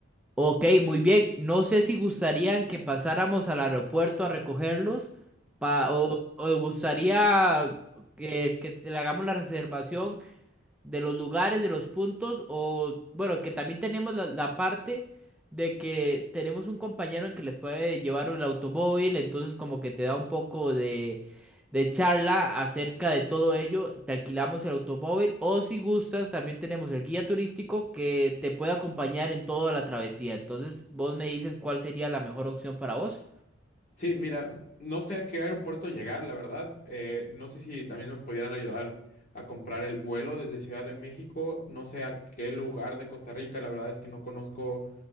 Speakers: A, in the centre; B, on the left.
A: Ok, muy bien. No sé si gustarían que pasáramos al aeropuerto a recogerlos pa- o, o gustaría que, que te- le hagamos la reservación de los lugares, de los puntos, o bueno, que también tenemos la, la parte de que tenemos un compañero en que les puede llevar el automóvil, entonces como que te da un poco de, de charla acerca de todo ello, te alquilamos el automóvil, o si gustas, también tenemos el guía turístico que te puede acompañar en toda la travesía, entonces vos me dices cuál sería la mejor opción para vos.
B: Sí, mira, no sé a qué aeropuerto llegar, la verdad. Eh, no sé si también me pudieran ayudar a comprar el vuelo desde Ciudad de México. No sé a qué lugar de Costa Rica. La verdad es que no conozco